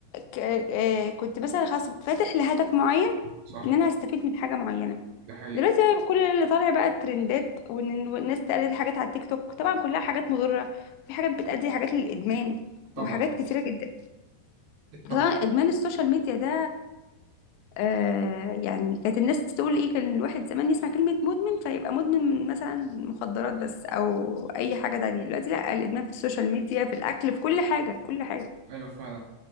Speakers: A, on the left (about 85°); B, on the right (about 85°).
A: ك- آه، كنت مثلا خلاص فاتح لهدف معين
B: صح
A: ان انا هستفيد من حاجه معينه
B: دي حقيقة
A: دلوقتي بقى كل اللي طالع بقى الترندات وان الناس تقلد حاجات على التيك توك طبعا كلها حاجات مضرة في حاجات بتأدي حاجات للإدمان
B: طبعا
A: وحاجات كتيرة جدا فطبعا
B: طب
A: إدمان السوشيال ميديا ده آه يعني كانت الناس تقول ايه كان الواحد زمان يسمع كلمة مدمن فيبقى مدمن مثلا مخدرات بس او اي حاجة تانية دلوقتي لا الإدمان في السوشيال ميديا في الأكل في كل حاجة كل حاجة
B: ايوه فعلا